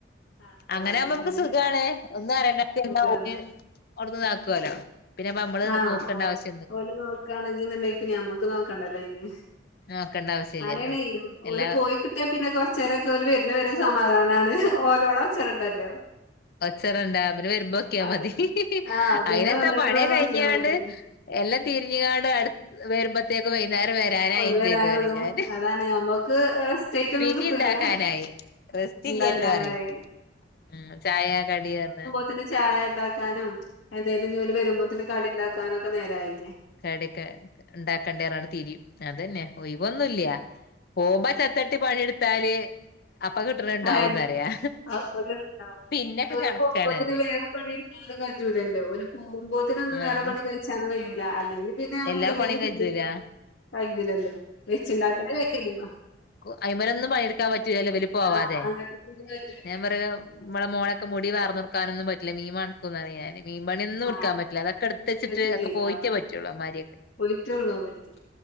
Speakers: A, on the left; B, on the left.
A: ആഹ്
B: അങ്ങനൊവുമ്പ
A: അങ്ങനെ
B: മ്മക്ക്
A: തന്നെ
B: സുഖാണ് ഒന്ന് അറിയേണ്ട പിന്നെ
A: സുഖാണ്
B: ഓല് അവിടുന്ന് താക്കോലോ പിന്നെപ്പ നമ്മള്
A: ആഹ്
B: നോക്കേണ്ട
A: ഓ
B: ആവശ്യ-
A: ഓല് നോൽക്കണെങ്കിന്ന്ണ്ടെ പിന്നെഞമ്മക്ക് നോക്കണ്ടല്ലോഅയ്ന്
B: നോക്കണ്ട ആവശ്യല്ലല്ലോ
A: അങ്ങനെണെയ്
B: എല്ലാ
A: ഒല് പോയി കിട്ടിയാ പിന്നെ കൊറച്ചേരൊക്കെ ഒരു വെര്ണെ വരെ സമാധാനാണ് ഓനോളച്ചടണ്ടല്ലോ
B: ഒച്ചടണ്ട അവര് വരുമ്പോ നോക്കിയമതി
A: അത് ആഹ് പിന്നെ
B: അയിന് എത്താ
A: വന്നിട്ടുള്ളത്
B: പണിക്കെ
A: നോക്കിയാ
B: കഴിഞ്ഞാണ്ട്
A: മതി
B: എല്ലാം തിരിഞ്ഞുകാട് അടു വരുമ്പോ ത്തേക്ക് വൈന്നേരം വരാനായിം
A: ഓല് വരാനാകും
B: ചെയ്ത്റിം ഞാന്
A: അതാണ് ഞമ്മക്ക് റെസ്റ്റായിട്ടൊന്നും
B: പിന്നിം
A: കിട്ടൂല
B: ഇണ്ടാക്കാനായി റെസ്റ്റ്
A: ഇണ്ടാക്കാനായി
B: ഇല്ലല്ലോറിം ഉം ചായ കടിയറ്ഞ്ഞ്
A: ത്തിന് ചായ ണ്ടാക്കാനും എന്തേലും ഞ്ഞോല് വരുമ്പോത്തിന് കടി ണ്ടാക്കാനും ഒക്കെ നേരായില്ലേ
B: കടിക്കെ ണ്ടാക്കേണ്ടേ പറഞ്ഞ് തിരിയും അതന്നെ ഒഴിവ്ന്നുല്ല പോകുമ്പോ ആ ചത്തട്ടി പണിയെടുത്താല് അപ്പൊ കിട്ടണ ഇണ്ടാവുംന്നറിയാ
A: അയെന്നെ അപ്പൊന്ന് ഇട്ക്കനം
B: പിന്നൊക്കെ
A: കാര്നം ഓര്
B: കണക്കാണ്
A: പോകുമ്പോത്തിന്
B: പറയാ
A: വേറെ പണി ക്കാനും കജ്ജൂലല്ലോ ഓല് പോകുമ്പോേത്തിനു ഒന്നും
B: ആഹ്
A: വേറെ പണി കഴിച്ചാലും കഴിയൂല്ല അല്ലെങ്കിൽ പിന്നെ പിന്നെ ഞമ്മക്
B: എല്ലാ
A: എന്തേലും
B: പണിയും
A: <unintelligible>
B: കജ്ജൂല
A: കഴിയൂല്ലല്ലോ വെച്ചുണ്ടാക്കണെ കയ്യും
B: ക്കു അയ്മലൊന്നും പണിയെടുക്കാൻ പറ്റൂല്ലോ ഇവര് പോവാതെ
A: ആ അങ്ങനത്തെ ഒന്നും കഴിയൂല
B: ഞാൻ പറയും മ്മളെ മോനൊക്കെ മുടി വാർന്നൊടുക്കാനൊന്നും പറ്റില്ല മീൻ മണക്കൂന്ന് പറയും ഞാൻ മീൻ പണി ഒന്നുടുക്കാൻ
A: ആ
B: പറ്റില്ല അതൊക്കെ എടുത്ത് വച്ചിട്ട്
A: പറ്റൂലേ
B: അതൊക്കെ പോയിട്ടെ
A: അപ്പൊ
B: പറ്റു <unintelligible> മാരിയൊക്കെ
A: പോയിട്ടുള്ളൂ പറ്റും